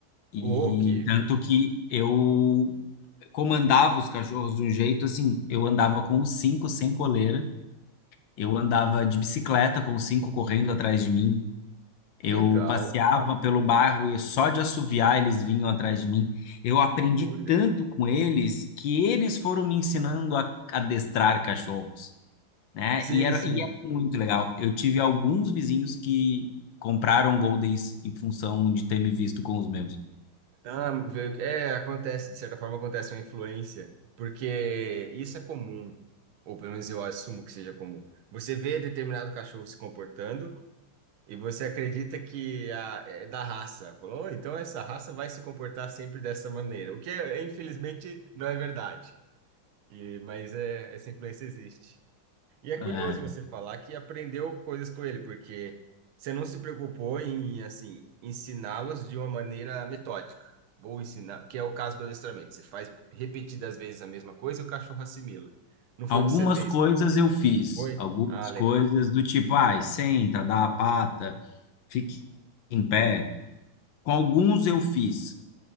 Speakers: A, on the left; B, on the right.
A: E
B: uou, que
A: tanto que eu comandava os cachorros de um jeito assim, eu andava com os cinco sem coleira, eu andava de bicicleta com os cinco correndo atrás de mim, eu
B: legal.
A: passeava pelo bairro e só de assoviar eles vinham atrás de mim. Eu aprendi
B: Olha.
A: tanto com eles que eles foram me ensinando a a adestrar cachorros, né?
B: Sim,
A: E era,
B: sim.
A: e era muito legal. Eu tive alguns vizinhos que compraram Goldens em função de ter me visto com os meus.
B: Ah, ve- é, acontece, de certa forma acontece uma influência, porque isso é comum, ou pelo menos eu assumo que seja comum. Você vê determinado cachorro se comportando, E você acredita que a, é da raça? Falou, "Oh, então essa raça vai se comportar sempre dessa maneira. O que, é, infelizmente, não é verdade. E, mas é, essa influência existe. E é
A: É,
B: curioso você falar que aprendeu coisas com ele, porque você não se preocupou em, assim, ensiná-los de uma maneira metódica. Vou ensinar, que é o caso do adestramento. Você faz repetidas vezes a mesma coisa e o cachorro assimila. Não foi
A: Algumas
B: o que você fez,
A: coisas eu fiz,
B: foi?
A: algumas
B: Ah, legal.
A: coisas do tipo, ai, senta, dá a pata, fique em pé. Com alguns eu fiz,